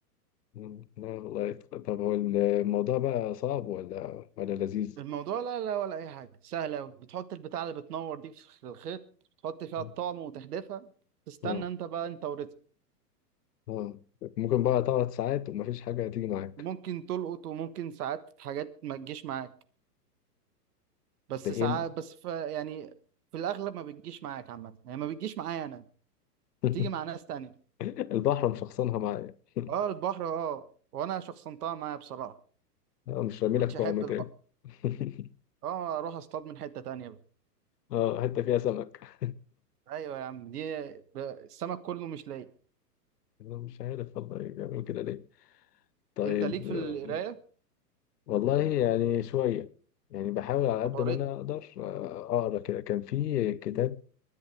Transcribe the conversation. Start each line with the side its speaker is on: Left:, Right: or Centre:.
Left: مم. لا والله طب هو الموضوع بقى صعب ولا ولا لذيذ
Right: الموضوع لا لا ولا اي حاجه سهله أوي. بتحط البتاع اللي بتنور دي في الخيط تحط فيها
Left: مم.
Right: الطعم وتحدفها تستنى
Left: اه
Right: انت بقى انت ورزقك
Left: اه ممكن بقى تقعد ساعات ومفيش حاجه هتيجي معاك
Right: ممكن تلقط وممكن ساعات حاجات ما تجيش معاك بس
Left: ده ايه
Right: ساعات بس ف يعني في الاغلب ما بتجيش معاك عامه يعني ما بتجيش معايا انا
Left: <laughs>
Right: تيجي مع ناس تانية
Left: البحر مشخصنها معايا <laughs>
Right: اه البحر اه وانا شخصنتها معايا بصراحه
Left: آه، مش رامي
Right: ما
Left: لك
Right: بقتش
Left: طعم
Right: احب
Left: تاني
Right: البحر
Left: <laughs>
Right: اه اروح اصطاد من حته تانية بقى
Left: اه حته فيها سمك
Right: ايوه يا عم دي ب- السمك كله مش ليا
Left: <laughs> انا مش عارف والله بيعملوا كده ليه طيب
Right: انت ليك في القرايه
Left: آه، والله يعني شويه يعني بحاول على قد
Right: طب قريت
Left: ما انا اقدر آه، اقرا كده كان في كتاب